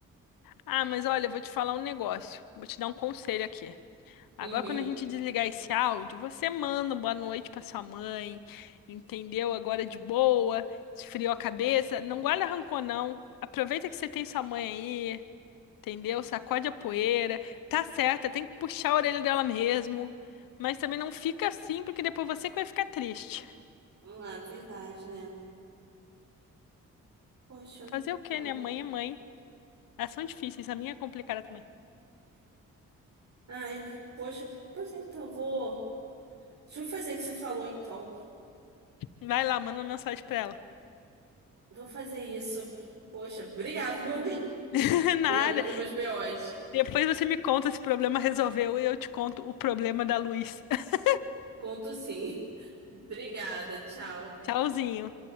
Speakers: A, on the left; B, on the right.
A: Ah, mas olha, eu vou te falar um negócio. Vou te dar um conselho aqui. Agora,
B: uhum.
A: quando a gente desligar esse áudio, você manda um boa noite pra sua mãe, entendeu? Agora de boa, esfriou a cabeça. Não guarda rancor, não. Aproveita que você tem sua mãe aí, entendeu? Sacode a poeira. Tá certa, tem que puxar a orelha dela mesmo. Mas também não fica assim, porque depois você que vai ficar triste.
B: Ah, verdade, né? Poxa.
A: Fazer o quê,
B: ah.
A: né? Mãe é mãe. Elas são difíceis, a minha é complicada também.
B: Ai, poxa. Pois é, então, eu vou. Deixa eu fazer o que você falou, então.
A: Vai lá, manda uma mensagem pra ela.
B: Vou fazer isso. Poxa, obrigado, Bubi.
A: <laughs>
B: <laughs>
A: Nada.
B: Obrigado por ouvir meus BOs.
A: Depois você me conta se o problema resolveu e eu te conto o problema da luz. <laughs>
B: Conto sim. <laughs> Obrigada, tchau.
A: Tchauzinho.